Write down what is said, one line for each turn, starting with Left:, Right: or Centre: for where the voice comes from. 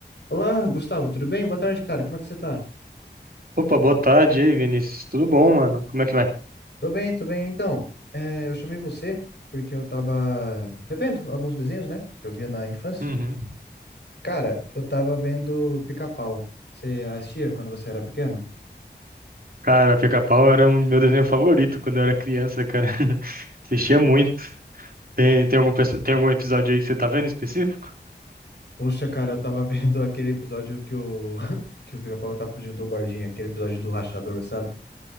Left: Olá, Gustavo, tudo bem? Boa tarde, cara. Como é que você tá?
Right: Opa, boa tarde, e aí, Vinícius? Tudo bom, mano? Como é que vai?
Left: Tô bem, tô bem. Então, é, eu chamei você porque eu tava revendo alguns desenhos, né? Que eu via na infância.
Right: Uhum.
Left: Cara, eu tava vendo Pica-Pau. Você assistia quando você era pequeno?
Right: Cara, Pica-Pau era um meu desenho favorito quando eu era criança, cara. <laughs> Assistia muito. Tem, tem algum, perso- tem algum episódio aí que você tá vendo em específico?
Left: Poxa, cara, eu tava vendo <laughs> aquele episódio que o, <laughs> que o Pica-Pau tá fugindo do guardinha, aquele episódio do rachador, sabe?